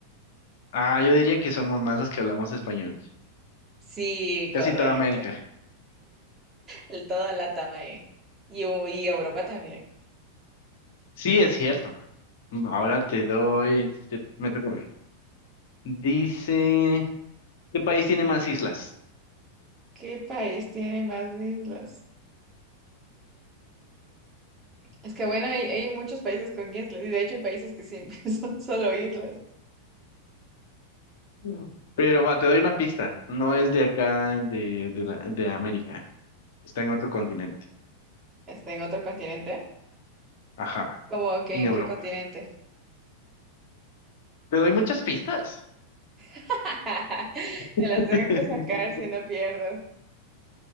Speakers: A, on the left (about 55°); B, on the right (about 20°).
A: Ah, yo diría que somos más los que hablamos español.
B: Sí,
A: Casi
B: correcto.
A: toda América.
B: El, toda Latam ahí. Y, u- y Europa también.
A: Sí, es cierto. Mm, Ahora te doy, te- me toca. Dice, ¿qué país tiene más islas?
B: ¿Qué país tiene más islas? Es que bueno, hay, hay muchos países con islas, y de hecho hay países que sí <laughs> son solo islas.
A: No. Pero va, te doy una pista. No es de acá, de, de, la- de América. Está en otro continente.
B: Está en otro continente.
A: Ajá,
B: ¿Cómo que
A: en
B: en
A: Europa.
B: qué continente?
A: Te doy muchas pistas.
B: <laughs> Te
A: <laughs>
B: las tengo que sacar si no pierdo.